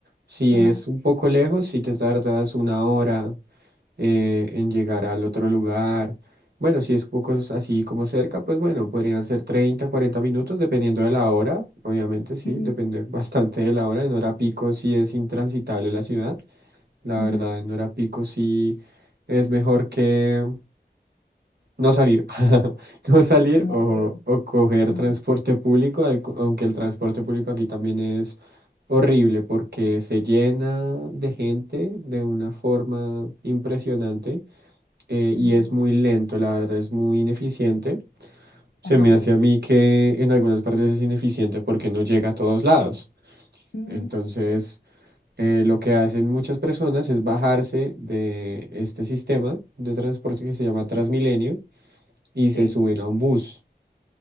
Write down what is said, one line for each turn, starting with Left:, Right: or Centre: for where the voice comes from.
Right: Si
Left: Ajá.
Right: es un poco lejos, si te tardas una hora eh, en llegar al otro lugar. Bueno, si es un poco s- así como cerca, pues bueno, podrían ser 30, 40 minutos, dependiendo de la hora. Obviamente, sí,
Left: ujú,
Right: depende <laughs> bastante de la hora. En hora pico sí es intransitable la ciudad. La
Left: ujú,
Right: verdad, en hora pico sí es mejor que no salir, <laughs> no salir
Left: No
Right: o,
Left: puedo.
Right: o coger
Left: Ajá.
Right: transporte público, al- aunque el transporte público aquí también es horrible porque se llena de gente de una forma impresionante eh,
Left: ujú,
Right: y es muy lento, la verdad es muy ineficiente. Se
Left: Ajá.
Right: me hace a mí que en algunas partes es ineficiente porque no llega a todos lados.
Left: ujú,
Right: Entonces, eh, lo que hacen muchas personas es bajarse de este sistema de transporte que se llama Transmilenio y se
Left: Sí,
Right: suben a un bus.